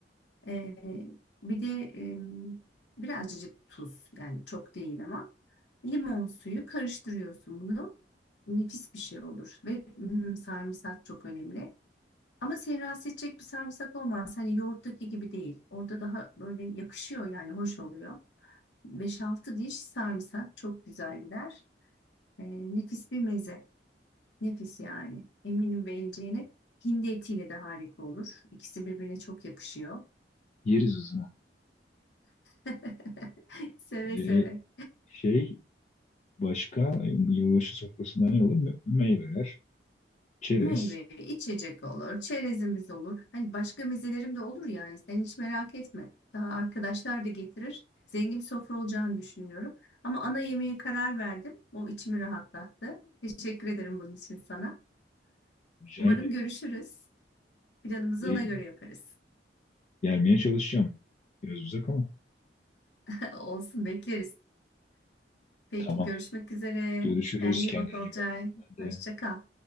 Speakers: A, on the left (about 80°); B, on the left (about 40°).
A: Ee, bir de e, birazcık tuz yani çok değil ama limon suyu karıştırıyorsun bunu. Nefis bir şey olur ve mm, sarımsak çok önemli. Ama seni rahatsız edecek bir sarımsak olmaz. Hani yoğurttaki gibi değil. Orada daha böyle yakışıyor yani hoş oluyor. Beş altı diş sarımsak çok güzel gider. Ee, nefis bir meze. Nefis yani. Eminim beğeneceğine. Hindi etiyle de harika olur. İkisi birbirine çok yakışıyor.
B: Yeriz hızına.
A: <laughs> Seve
B: Ee,
A: seve.
B: şey başka yılbaşı sofrasında ne olur? Me- Meyveler, çerez.
A: Meyve, içecek olur, çerezimiz olur. Hani başka mezelerim de olur yani sen hiç merak etme. Daha arkadaşlar da getirir. Zengin bir sofra olacağını düşünüyorum. Ama ana yemeğe karar verdim. O içimi rahatlattı. Teşekkür ederim bunun için sana.
B: Rica
A: Umarım
B: ederim.
A: görüşürüz. Planımızı
B: Ee,
A: ona göre yaparız.
B: gelmeye çalışacağım. Biraz uzak ama.
A: <laughs> Olsun bekleriz. Peki
B: Tamam.
A: görüşmek üzere.
B: Görüşürüz.
A: Kendine
B: Kendine
A: iyi bak Olcay.
B: iyi bak. Ben
A: Hoşça
B: de
A: kal.